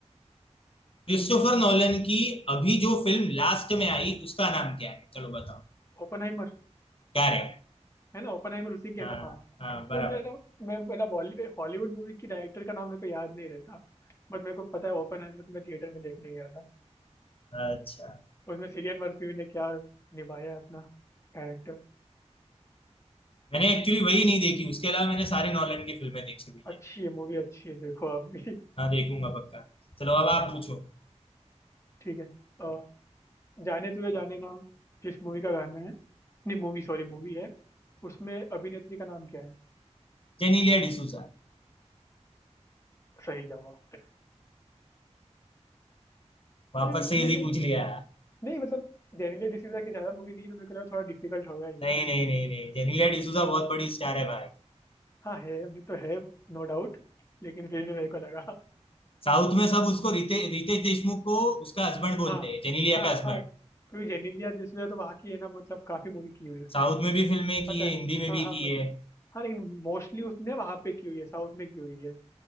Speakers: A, on the left; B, on the left.
A: क्रिस्टोफर नॉलन की अभी जो फिल्म लास्ट में आई उसका नाम क्या है चलो बताओ
B: ओपनहाइमर,
A: क्या है
B: है ना ओपनहाइमर उसी की है
A: हाँ
B: ना हाँ
A: हाँ बराबर
B: तो मेरा मैं पहला बॉलीवुड हॉलीवुड मूवी की डायरेक्टर का नाम मेरे को याद नहीं रहता बट मेरे को पता है ओपनहाइमर तो मैं थिएटर में देखने गया था
A: अच्छा
B: उसमें सिलियन मर्फी ने क्या निभाया है अपना कैरेक्टर
A: मैंने एक्चुअली वही नहीं देखी उसके अलावा मैंने सारी नॉलन की फिल्में देखी हुई है
B: अच्छी है मूवी अच्छी है देखो आप भी <laughs>
A: हाँ देखूंगा पक्का चलो अब आप पूछो
B: ठीक है अ, जाने तुझे जाने ना जिस मूवी का गाना है नहीं मूवी सॉरी मूवी है उसमें अभिनेत्री का नाम क्या है
A: जेनीलिया डिसूजा
B: सही जवाब
A: वापस
B: अरे
A: से
B: ये
A: इजी
B: मैं
A: पूछ लिया
B: नहीं मतलब जेनेलिया डिसूजा की ज्यादा मूवी नहीं है तो मेरे को लगा थोड़ा डिफिकल्ट होगा ये
A: नहीं
B: किसी
A: नहीं
B: के लिए।
A: नहीं नहीं जेनेलिया डिसूजा बहुत बड़ी स्टार है भाई
B: हाँ है वो तो है नो डाउट लेकिन फिर भी मेरे को लगा
A: साउथ में सब उसको रिते रितेश देशमुख को उसका हस्बैंड बोलते
B: हाँ
A: हैं जेनेलिया
B: हाँ
A: का हस्बैंड
B: हाँ क्योंकि जेनेलिया डिसूजा तो वहाँ की है ना मतलब काफी मूवी की हुई है उसने
A: साउथ में भी फिल्में की
B: पता
A: है
B: है
A: हिंदी में
B: हाँ
A: भी
B: हाँ
A: की
B: पता
A: है
B: है हाँ लेकिन मोस्टली उसने वहाँ पे की हुई है साउथ में की हुई है